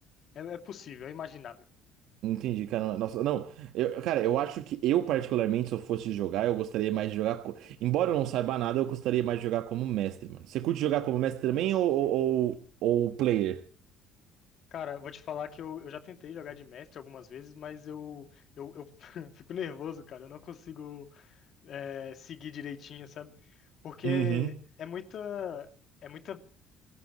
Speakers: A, on the left; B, on the right.
A: é, é possível, é imaginável.
B: Entendi, cara. Nossa, não. Eu, cara, eu acho que eu, particularmente, se eu fosse jogar, eu gostaria mais de jogar. co- Embora eu não saiba nada, eu gostaria mais de jogar como mestre, mano. Você curte jogar como mestre também
A: Sim.
B: ou, ou, ou ou player?
A: Cara, vou te falar que eu, eu já tentei jogar de mestre algumas vezes, mas eu, eu, eu <laughs> fico nervoso, cara. Eu não consigo é, seguir direitinho, sabe? Porque
B: Uhum.
A: é muita, é muita,